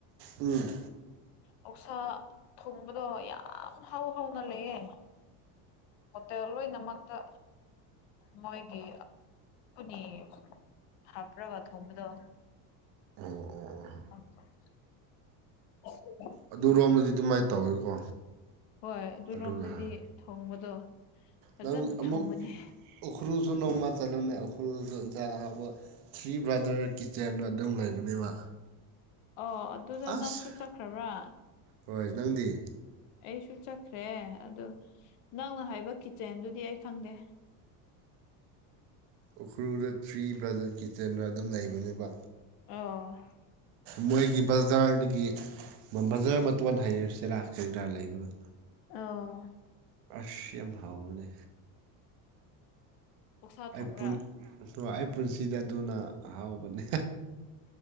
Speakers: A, on the right; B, on the left.
A: ꯎꯝ
B: ꯑꯣꯛꯁꯥ ꯊꯣꯡꯕꯗꯣ ꯌꯥꯝ ꯍꯥꯎ ꯍꯥꯎꯅ ꯂꯩꯌꯦ ꯍꯣꯇꯦꯜ ꯂꯣꯏꯅꯃꯛꯇ ꯃꯣꯏꯒꯤ <unintelligible> ꯍꯥꯞꯔꯕ ꯊꯣꯡꯕꯗꯣ
A: ꯑꯣ ꯑꯣ ꯑꯣ
B: <inaudible> <inaudible>
A: ꯑꯗꯨꯔꯣꯝꯗꯗꯤ ꯑꯗꯨꯃꯥꯏꯅ ꯇꯧꯋꯤꯀꯣ
B: ꯍꯣꯏ ꯑꯗꯨꯔꯣꯝꯗꯗꯤ
A: ꯑꯗꯨꯅ ꯍꯥꯏ
B: ꯊꯣꯡꯕꯗꯣ ꯐꯖꯅ
A: ꯅꯪ ꯑꯃꯨꯛ
B: ꯊꯣꯡꯕꯅꯦ
A: ꯎꯈ꯭ꯔꯨꯜꯁꯨ ꯅꯣꯡꯃ ꯆꯠꯂꯣꯅꯦ ꯎꯈ꯭ꯔꯨꯁꯨ ꯏꯟꯁꯥꯡ ꯑꯍꯥꯎꯕ ꯊ꯭ꯔꯤ ꯕ꯭ꯔꯥꯗꯔ ꯀꯤꯠꯆꯦꯟ ꯑꯗꯨꯝ ꯂꯩꯕꯅꯦꯕ
B: ꯑꯣ ꯑꯗꯨꯗꯣ
A: ꯑꯁ
B: ꯅꯪꯁꯨ ꯆꯠꯈ꯭ꯔꯕ꯭ꯔꯥ
A: ꯍꯣꯏ ꯅꯪꯗꯤ
B: ꯑꯩꯁꯨ ꯆꯠꯈ꯭ꯔꯦ ꯑꯗꯨ ꯅꯪꯅ ꯍꯥꯏꯕ ꯀꯤꯠꯆꯦꯟꯗꯨꯗꯤ ꯑꯩ ꯈꯪꯗꯦ
A: ꯎꯈ꯭ꯔꯨꯜꯗ ꯊ꯭ꯔꯤ ꯕ꯭ꯔꯗꯔ ꯀꯤꯠꯆꯟꯗꯅ ꯑꯗꯨꯝ ꯂꯩꯕꯅꯦꯕ
B: ꯑꯣ
A: ꯃꯣꯏꯒꯤ ꯕꯖꯥꯔꯗꯒꯤ ꯕꯖꯥꯔ ꯃꯇꯣꯟ ꯍꯩꯔꯁꯤꯔꯥ ꯀꯔꯤꯗꯥ ꯂꯩꯕꯅꯦ
B: ꯑꯧ
A: ꯑꯁ ꯌꯥꯝ ꯍꯥꯎꯕꯅꯦ
B: ꯑꯣꯛꯁꯥ
A: ꯑꯩ
B: ꯊꯣꯡꯕ꯭ꯔꯥ
A: ꯄꯨꯟ ꯑꯩ ꯄꯨꯟꯁꯤꯗ ꯑꯗꯨꯅ ꯑꯍꯥꯎꯕꯅꯦ